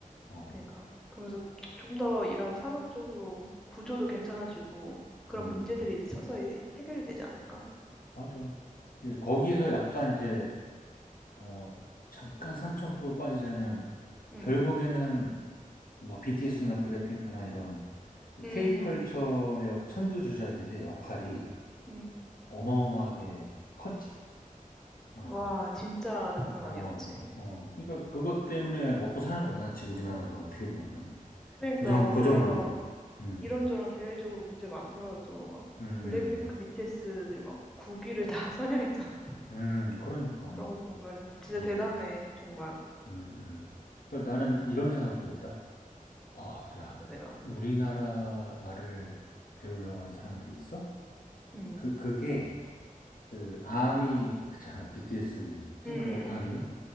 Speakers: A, on the left; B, in the centre.
A: 어,
B: 그러니까. 그러면서 조금 더 이런 산업적으로 구조도 괜찮아지고 그런
A: 음.
B: 문제들이 서서히 해결이 되지 않을까?
A: 맞아. 이제 거기에서 약간 이제, 어, 잠깐 삼천포로 빠지자면,
B: 음.
A: 결국에는 뭐 BTS나 블랙핑크나 이런
B: 음,
A: K컬처의
B: 음,
A: 선두주자들의 역할이
B: 음.
A: 어마어마하게 컸지. 어,
B: 와, 진짜 장난
A: 어,
B: 아니었지.
A: 어. 그러니까 그것 때문에 먹고 사는 거야. 지금 우리나라가 어떻게 보면.
B: 그러니까
A: 그 정,
B: 우리나라
A: 그 정도로. 음,
B: 이런저런 대외적으로 문제 많더라도 막
A: 음,
B: 블랙핑크 BTS들이 막 국위를 다 <laughs> 선양했잖아.
A: 음, 음, 그러니까.
B: 그런 거 보면 진짜
A: 음,
B: 대단해. 정말.
A: 음, 음. 그러니까 나는 이런 생각도 했다. 아, 야,
B: 어떠세요?
A: 우리나라 말을 배우려고 하는 사람들이 있어?
B: 음.
A: 그, 그게, 그, 아미, 그잖아, BTS 팬클럽
B: 음, 음, 음,
A: 아미.
B: 음.